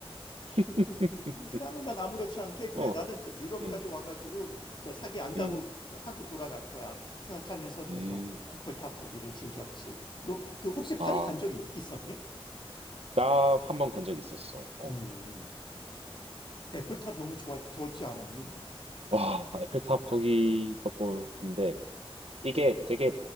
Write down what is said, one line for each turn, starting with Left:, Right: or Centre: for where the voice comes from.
Right: <laughs>
Left: 음, 그다음에 난 아무렇지 않게 그래
Right: 어,
Left: 나는 유럽까지
Right: 응,
Left: 와가지고
Right: 응,
Left: 나 사기 안 당하고
Right: 응,
Left: 한국 돌아갈 거야 생각하면서 계속
Right: 응.
Left: 애플탑 보기를 즐겼지. 너 그 혹시
Right: 아,
Left: 파리
Right: 어,
Left: 간 적 있었니?
Right: 나 한 번 간 적이 있었어. 어.
Left: 음, 애플탑 너무 좋았, 좋았지 않았니?
Right: 와, 에펠탑 거기가 보는데, 이게 되게